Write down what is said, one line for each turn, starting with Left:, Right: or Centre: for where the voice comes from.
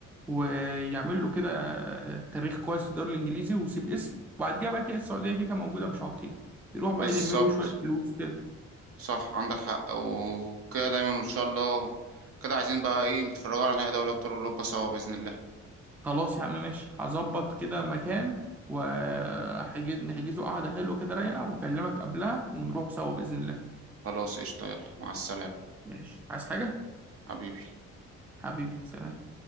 Centre: ويعمل له كده آه، تاريخ كويس في الدوري الانجليزي ويسيب اسم وبعد كده بقى كده السعوديه كده كده موجوده مش هتطير يروح
Right: بالظبط
Centre: بقى يلم له شويه فلوس كده
Right: صح عندك حق وكده دايما ان شاء الله كده عايزين بقى ايه نتفرجوا على نهائي دوري ابطال اوروبا سوا بإذن الله
Centre: خلاص يا عم ماشي هظبط كده مكان وهحجز نحجزه قعده حلوه كده رايقه واكلمك قبلها ونروح سوا باذن الله
Right: خلاص قشطة يلا مع السلامة
Centre: ماشي عايز حاجه
Right: حبيبي
Centre: حبيبي سلام